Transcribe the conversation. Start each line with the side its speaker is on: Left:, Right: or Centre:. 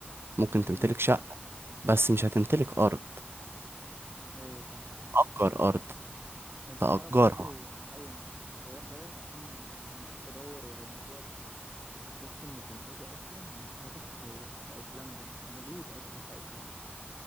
Right: ممكن
Centre: امم
Right: تمتلك شقة بس مش هتمتلك أرض
Centre: ايوه فاهم
Right: تأجر أرض
Centre: انت
Right: تأجرها
Centre: تعرف برضو ايوه انا لاحظت الحوار دوت عشان لما قعدت ادور ورا الموضوع ده اكتشفت ان كنتاكي اصلا مش فاتح في في ايسلندا مش موجود اصلا في ايسلندا